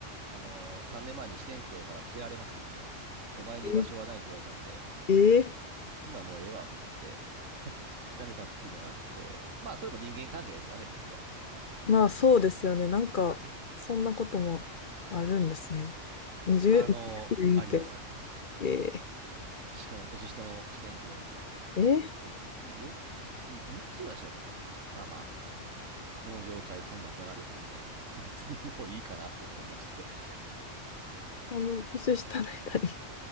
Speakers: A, on the right; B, on the left.
A: あの、3年前に支店長から切られましてですね、お前に居場所はないと言われたんで、
B: え、えー
A: ほなもうええわと思って、<laughs> 辞めたっていうのがあって、まあそれも人間関係ですわね、きっと。
B: まあそうですよね。なんか、
A: はい。
B: そんなこともあるんですね。20、
A: あの、
B: 20年いて。
A: あります、あります。
B: え
A: しかも年下の支店長に、
B: ー、え
A: え、いくつ、よ、いつ、6つぐらいしちゃったかな。まあまこの業界そんなんザラですんで、<laughs> 別にもういいかなと思いまして。<laughs>
B: ー、あの、年下の人に。